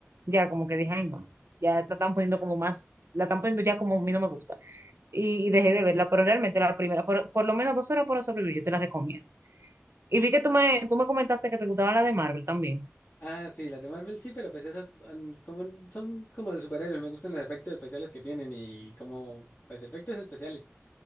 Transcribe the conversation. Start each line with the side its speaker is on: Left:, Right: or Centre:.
Right: ya, como que dije, ay, no, ya la están poniendo como más, la están poniendo ya como a mí no me gusta. y, y dejé de verla, pero realmente la primera, por, por lo menos dos horas para sobrevivir, yo te la recomiendo. Y vi que tú me, tú me comentaste que te gustaba la de Marvel también.
Left: Ah, sí, las de Marvel sí, pero pues esas mm, como, son como de superhéroes. Me gustan los efectos especiales que tienen y como, pues efectos especiales.